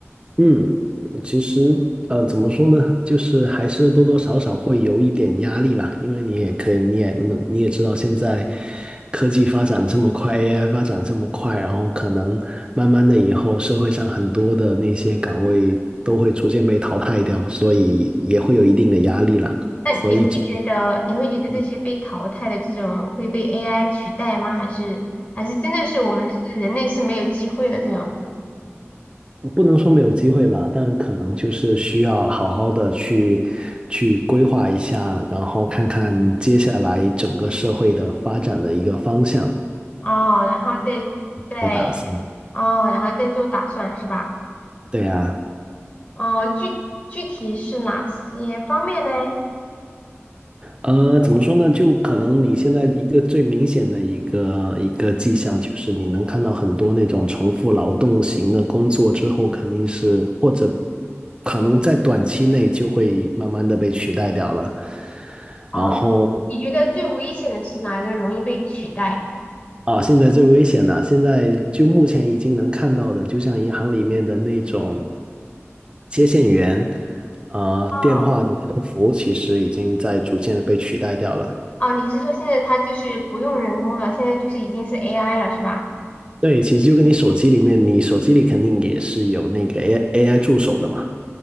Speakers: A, on the right; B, on the left.
A: 嗯，其实呃，怎么说呢，就是还是多多少少会有一点压力啦，因为你也可以，你也嗯，你也知道现在科技发展这么快，AI 发展这么快，然后可能慢慢的以后社会上很多的那些岗位都会逐渐被淘汰掉，所以也会有一定的压力啦，
B: 那你会觉得你会觉得这些被淘汰的这种会被
A: 所以只能。嗯
B: AI 取代吗？还是还是真的是我们是人类是没有机会的这样子？
A: 不能说没有机会吧，但可能就是需要好好的去去规划一下，然后看看接下来整个社会的发展的一个方向
B: 哦，然后再再
A: 的打算。
B: 哦，然后再做打算是吧？
A: 对啊，
B: 哦，具具体是哪些方面呢？
A: 呃，怎么说呢？就可能你现在一个最明显的一个一个迹象，就是你能看到很多那种重复劳动型的工作之后，肯定是或者可能在短期内就会慢慢的被取代掉了。
B: 哦，
A: 然后
B: 你觉得最危险的是哪个容易被取代？
A: 啊，现在最危险的，现在就目前已经能看到的，就像银行里面的那种接线员，呃，
B: 哦，
A: 电话的客服，其实已经在逐渐的被取代掉了。
B: 哦，你是说现在它就是不用人工了，现在就是已经是 AI 了，是吧？
A: 对，其实就跟你手机里面，你手机里肯定也是有那个 A AI 助手的嘛。